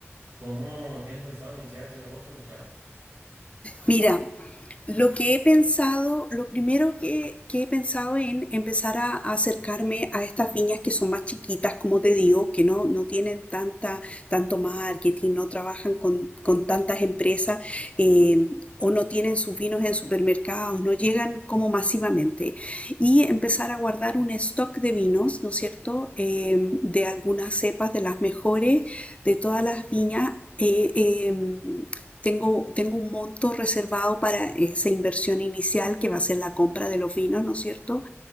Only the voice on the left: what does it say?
Mira, Lo que he pensado, lo primero que, que he pensado en empezar a, a acercarme a estas viñas que son más chiquitas, como te digo, que no, no tienen tanta, tanto marketing, no trabajan con, con tantas empresas, eh, o no tienen sus vinos en supermercados, no llegan como masivamente. Y empezar a guardar un stock de vinos, ¿no es cierto?, eh, de algunas cepas de las mejores, de todas las viñas eh, eh, tengo, tengo un monto reservado para esa inversión inicial que va a ser la compra de los vinos, ¿no es cierto?